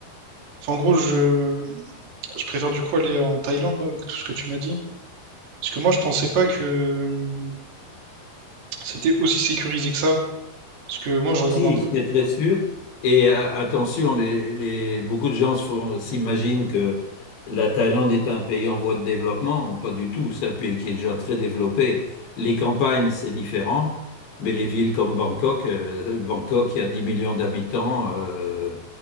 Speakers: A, on the right; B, on the left.
A: Enfin, en gros, je... je préfère du coup aller en Thaïlande, là, avec tout ce que tu m'as dit. Parce que moi, je pensais pas que euh, c'était aussi sécurisé que ça. Parce que moi, je regarde
B: Si,
A: un peu.
B: c'est très sûr. Et a- attention, les, les- beaucoup de gens se font- s'imaginent que la Thaïlande est un pays en voie de développement. Pas du tout. C'est un pays qui est déjà très développé. Les campagnes, c'est différent. Mais les villes comme Bangkok, euh, Bangkok, il y a 10 millions d'habitants. euh,